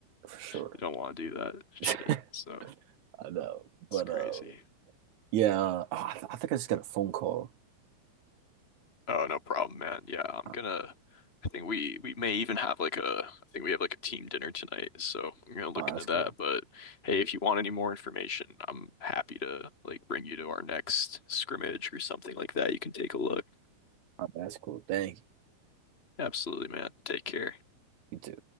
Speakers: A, on the right; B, on the left.
A: for sure.
B: you don't want to do that
A: <laughs>
B: shit. So
A: I know,
B: it's
A: but
B: crazy.
A: uh, yeah, uh, I, th I think I just got a phone call.
B: Oh, no problem, man. Yeah, I'm
A: Uh,
B: gonna I think we we may even have like a I think we have like a team dinner tonight, so I'm gonna look
A: Oh,
B: into
A: that's
B: that.
A: cool.
B: But hey, if you want any more information, I'm happy to like bring you to our next scrimmage or something like that. You can take a look.
A: Oh, that's cool. Thank you.
B: Absolutely, man. Take care.
A: You too.